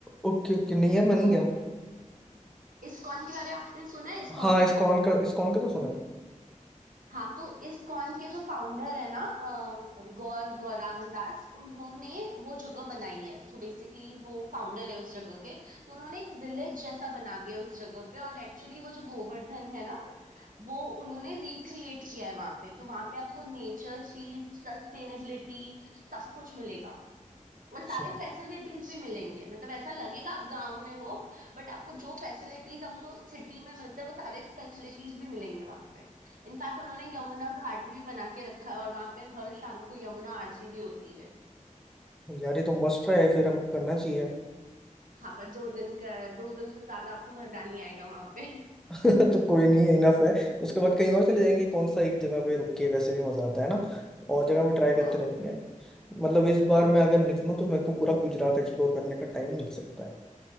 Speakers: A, in the centre; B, on the right (about 85°).
A: ओके ओके नहीं यार मैं नहीं
B: तो
A: गया
B: इस्कॉन के बारे में आपने सुना है इस्कॉन
A: हाँ इस्कॉन का इस्कॉन का तो सुना
B: हाँ तो इस कॉन के जो फाउंडर है ना अ, गौर गौरांग दास उन्होंने वो जगह बनाई है सो बेसिकली वो फाउंडर है उस जगह के तो उन्होंने एक विलेज जैसा बना दिया है उस जगह पे और एक्चुअली वो जो गोवर्धन है ना वो उन्होंने रिक्रिएट किया है वहां पे तो वहां पे आपको नेचर पीस सस्टेनेबिलिटी सब कुछ मिलेगा और सारे
A: है
B: फैसिलिटीज भी मिलेंगे मतलब ऐसा लगेगा आप गांव में हो बट आपको जो फैसिलिटीज हमको सिटी में मिलते हैं वो सारे फैसिलिटीज भी मिलेंगे वहां पे इनफैक्ट उन्होंने यमुना घाट भी बना के रखा है और वहां पे हर शाम को यमुना आरती भी होती है
A: यार ये तो मस्ट है फिर हमको करना चाहिए
B: हाँ पर दो दिन का दो दिन से ज्यादा आपको मजा नहीं आएगा वहां पे
A: <laughs> तो कोई नहीं है इनफ है उसके बाद कहीं और चले जाएंगे कौन सा एक जगह पे रुक के वैसे भी मजा आता है ना और जगह भी ट्राई
B: हाँ
A: करते रहेंगे मतलब इस बार मैं अगर निकलूं तो मेरे को पूरा गुजरात एक्सप्लोर करने का टाइम मिल सकता है